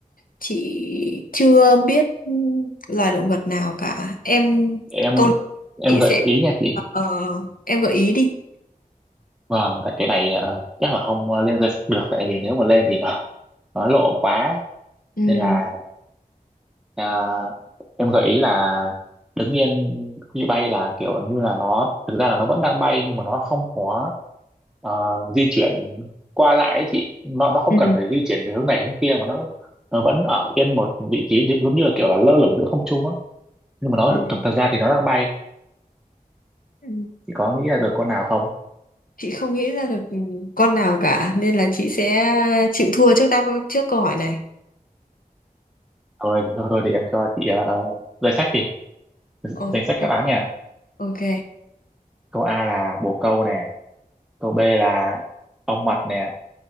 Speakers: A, on the left; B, in the centre.
A: chị chưa biết là động vật nào cả em
B: Em
A: câu này
B: em
A: chị
B: gợi
A: sẽ
B: ý nha chị
A: ờ, em gợi ý đi
B: Vâng, tại cái này ờ, chắc là không ờ, lên danh sách được tại vì nếu mà lên thì nó nó lộ quá
A: Ừm,
B: nên là ờ, em gợi ý là đứng yên khi bay là kiểu như là nó thực ra là nó vẫn đang bay nhưng mà nó không có ờ, di chuyển qua lại ấy chị nó nó không
A: ừ
B: cần phải di chuyển về hướng này hướng kia mà nó nó vẫn ở yên một vị trí như- giống như là kiểu là lơ lửng giữa không trung á nhưng mà nó
A: ừ
B: thực, thực ra thì nó đang bay
A: ừ
B: chị có nghĩ ra được con nào không
A: chị không nghĩ ra được con nào cả nên là chị sẽ chịu thua trước đáp trước câu hỏi này
B: thôi thôi, thôi thì em cho chị ờ, ờ, danh sách đi
A: ok
B: danh sách đáp án nha
A: ok
B: câu A là bồ câu nè câu B là ong mật nè